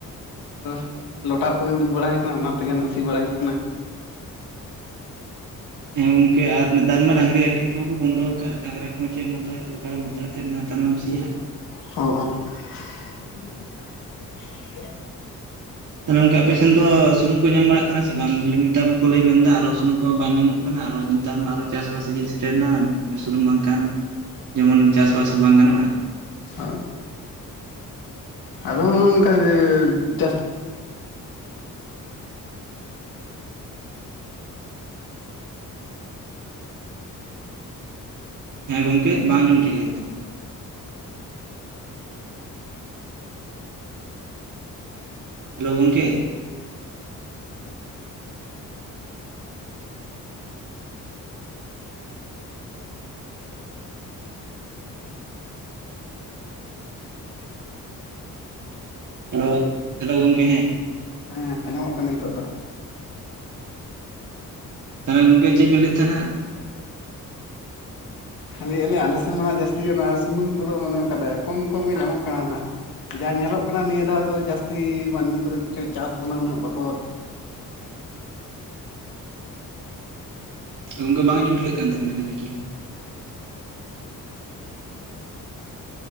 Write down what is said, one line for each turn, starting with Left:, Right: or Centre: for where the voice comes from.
Left: <inaudible> ᱞᱚᱴᱟᱨ ᱠᱚᱜᱮ ᱩᱰᱩᱠ ᱵᱟᱲᱟ ᱦᱩᱭᱩᱜ ᱠᱟᱱᱟ ᱚᱱᱟ ᱛᱮᱜᱮ ᱱᱟᱜ ᱥᱤ ᱵᱟᱲᱟ ᱦᱩᱭᱩᱜ ᱠᱟᱱᱟ᱾
Right: ᱦᱮᱸ ᱜᱚᱝᱠᱮ ᱟᱨ ᱱᱮᱛᱟᱨ ᱢᱟ ᱰᱟᱝᱨᱤ ᱟᱠᱷᱨᱤᱧ ᱠᱚᱦᱚᱸ ᱠᱚ ᱵᱚᱱᱫᱚ ᱠᱟᱜᱼᱟ, ᱰᱟᱝᱨᱟ ᱠᱚᱦ ᱪᱮᱫ ᱛᱟᱭ ᱛᱚ ᱚᱠᱟᱨᱮᱢ ᱦᱟᱛᱟᱣ ᱛᱮ ᱱᱮᱛᱟᱨ ᱢᱟᱢ ᱥᱤᱭᱟ
Left: ᱦᱚᱸ ᱚ ᱾ <unintelligible>
Right: ᱛᱟᱦᱚᱞᱮ ᱜᱚᱝᱠᱮ ᱟᱯᱮ ᱥᱮᱱ ᱫᱚ ᱥᱩᱱᱩᱢ ᱠᱚ ᱧᱟᱢ ᱵᱟᱲᱟᱜ ᱠᱟᱱᱟ ᱥᱮ ᱵᱟᱝ ᱱᱮᱛᱟᱨ ᱢᱟᱠᱚ ᱞᱟᱹᱭ ᱢᱮᱱᱫᱟ ᱟᱨᱚ ᱥᱩᱱᱩᱢ ᱠᱚᱦᱚᱸ ᱵᱟᱝ ᱧᱟᱢᱚᱜ ᱠᱟᱱᱟ ᱠᱟᱱᱟ ᱟᱨᱚ ᱱᱮᱛᱟᱨ ᱢᱟ ᱟᱨᱚ ᱪᱟᱥᱵᱟᱥ ᱥᱤᱡᱮᱱ ᱥᱮᱴᱮᱨᱱᱟ ᱥᱩᱱᱩᱢ ᱵᱟᱝᱠᱷᱟᱱ ᱡᱮᱢᱚᱱ ᱪᱟᱥᱵᱟᱥ ᱦᱚᱸ ᱵᱟᱝ ᱜᱟᱱᱚᱜᱼᱟ ᱾
Left: ᱦ ᱟᱫᱚ ᱚᱱᱠᱟ ᱡᱟᱹᱥ
Right: ᱦᱮᱸ ᱜᱚᱝᱠᱮ ᱵᱟᱝ ᱡᱚᱢ ᱴᱷᱤᱠᱟᱹᱜ ᱠᱟᱱ ᱛᱟᱹᱵᱤᱱᱟ? ᱦᱮᱞᱳ ᱜᱚᱢᱠᱮ ᱾ ᱦᱮᱞᱳ ᱦᱮᱞᱳ ᱜᱚᱢᱠᱮ ᱦᱮ
Left: ᱦᱮᱸ ᱟᱸᱡᱚᱢᱚᱜ ᱠᱟᱱᱟ ᱱᱤᱛᱚᱜ ᱫᱚ ᱾
Right: ᱛᱟᱦᱚᱞᱮ ᱜᱚᱝᱠᱮ ᱪᱮᱫ ᱵᱮᱱ ᱞᱟᱹᱭᱮᱫ ᱛᱟᱦᱮᱱᱟ?
Left: ᱦᱮᱸ ᱞᱟᱹᱭ ᱟᱹᱞᱤᱧ ᱥᱮᱱ ᱫᱚ ᱱᱟᱷᱜ ᱡᱟᱹᱥᱛᱤ ᱚᱱᱟ ᱥᱩᱱᱩᱢ ᱠᱚᱫᱚ ᱢᱟᱱᱮ ᱚᱱᱠᱟ ᱞᱮ ᱠᱚᱢ ᱠᱚᱢ ᱜᱮ ᱧᱟᱢᱚᱜ ᱠᱟᱱᱟ ᱱᱟᱷᱜ ᱾ ᱡᱟ ᱧᱮᱞᱚᱜ ᱠᱟᱱᱟ ᱱᱤᱭᱟᱹ ᱫᱷᱟᱣ ᱫᱚ ᱡᱟᱹᱟᱥᱛᱤ ᱢᱟᱹᱱᱢᱤ ᱠᱚᱫᱚ ᱪᱮᱫᱪᱚ ᱪᱟᱥ ᱫᱚ ᱩᱱᱟᱹᱜ ᱵᱟᱠᱚ
Right: ᱜᱚᱝᱠᱮ ᱵᱟᱝ ᱟᱸᱚᱢ ᱴᱷᱤᱠᱟᱹᱜ ᱠᱟᱱ ᱛᱟᱵᱮᱱᱟ ᱠᱟᱹᱴᱤᱡ ᱪᱩᱞᱳᱜ ᱾